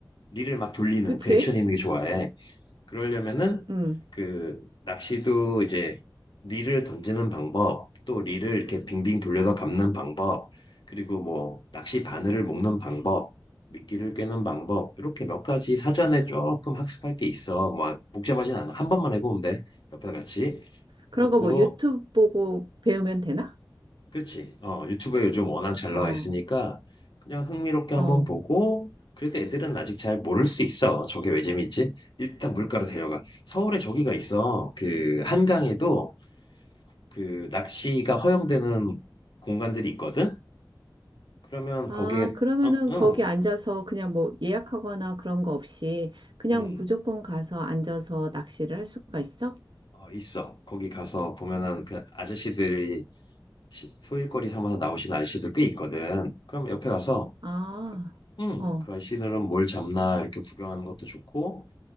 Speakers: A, on the left; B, on the right.
A: 릴을 막 돌리는
B: 그치?
A: 그 액션 있는 게 좋아해. 그러려면은
B: 음,
A: 그 낚시도 이제 릴을 던지는 방법, 또 릴을 이렇게 빙빙 돌려서 감는 방법, 그리고 뭐 낚시 바늘을 묶는 방법, 미끼를 꿰는 방법, 이렇게 몇 가지 사전에 조금 학습할 게 있어. 뭐 복잡하진 않아. 한 번만 해보면 돼. 옆에서 같이.
B: 그런
A: 그래서 고로
B: 거 뭐 유튜브 보고 배우면 되나?
A: 그지 어, 유튜브에 요즘 워낙 잘
B: 어,
A: 나와 있으니까 그냥 흥미롭게 한번
B: 어.
A: 보고 그래도 애들은 아직 잘 모를 수 있어. 저게 왜 재밌지? 일단 물가로 데려가. 서울에 저기가 있어. 그 한강에도 그 낚시가 허용되는 공간들이 있거든? 그러면
B: 아,
A: 거기에
B: 그러면은
A: 어, 응,
B: 거기 앉아서 그냥 뭐 예약하거나 그런 거 없이 그냥
A: 응,
B: 무조건 가서 앉아서 낚시를 할 수가 있어?
A: 어, 있어. 거기 가서 보면은 그 아저씨들이 시- 소일거리 삼아서 나오신 아저씨들 꽤 있거든. 그럼 옆에 가서
B: 아,
A: 그, 응,
B: 어,
A: 그 아저씨들은 뭘 잡나 이렇게 구경하는 것도 좋고